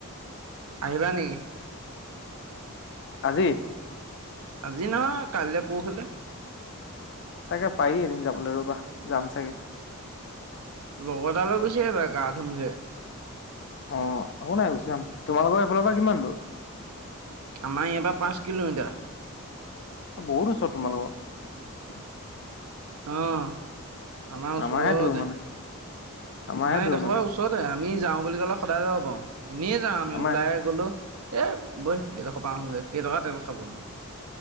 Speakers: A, on the right; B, on the left.
A: আহিবা নেকি?
B: আজি?
A: আজি নহয় কাইলৈ পৰহিলৈ।
B: তাকে পাৰি এদিন যাবলৈ ৰবা যাম চাগে।
A: লগৰ এটালৈ গুচি আহিবা গা ধুমগে।
B: অ একো নাই গুচি যাম। তোমালোকৰ এইফালৰ পৰা কিমান দূৰ?
A: আমাৰ এয়াৰ পৰা পাঁচ কিলোমিটাৰ।
B: বহুত ওচৰত তোমালোকৰ।
A: অঁহ। আমাৰ ওচৰতে
B: আমাৰহে দূৰ মানে আমাৰহে
A: আমাৰ
B: দূৰ
A: এডখৰ
B: মানে
A: পৰা ওচৰতে আমি যাওঁ বুলি কলে সদায় যাব পাৰো, এনেই যাওঁ আমি
B: আমাৰ
A: ওলাই গলো এ বৈ এইডখ ৰপা আহোগে কেইটকা তেল খাব নো।